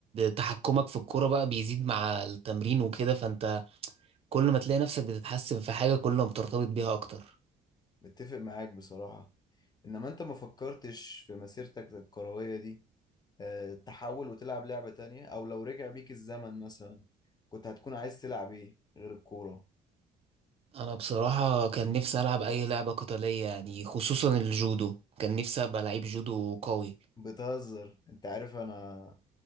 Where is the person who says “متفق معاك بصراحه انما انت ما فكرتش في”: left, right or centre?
Left